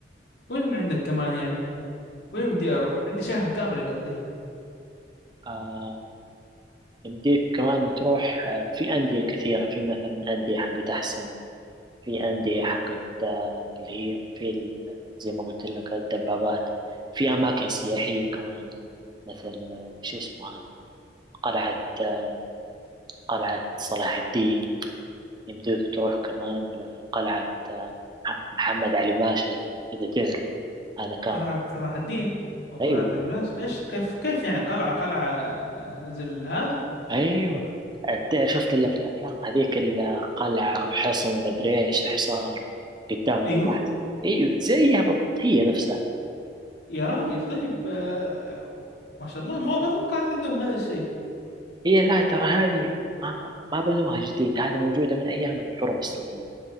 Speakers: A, on the left; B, on the right.
A: وين عندك كمان يعني وين بدي اروح عندي شهر كامل اقضيه
B: آه يمديك كمان تروح آه، في أندية كثيرة في مثلا أندية حقت أحسن في أندية حقت آه، اللي هي في ال- زي ما قلت لك الدبابات في أماكن سياحية كمان مثل آه، شو اسمها هذه؟ قلعة آه، قلعة صلاح الدين يمديك تروح كمان لقلعة آه، محمد علي باشا إذا تعرفه هذا كان
A: قلعة صلاح الدين أو قلعة
B: أيوة
A: ببلاش إيش كيف كيف يعني قلعة قلعة آه، زي هذا
B: أيوة تعرف شفت إلا في الأفلام هذيك القلعة وحصن ومدري إيش وحصار قدامهم
A: أيوه
B: أيوة زيها بالضبط هي نفسها
A: يا راجل طيب آه ما شاء الله ما بتوقعت عندهم هذا الشيء
B: هي لا ترى هذه ما, ما بنوها جديد هذه موجودة من أيام الحروب الصليبية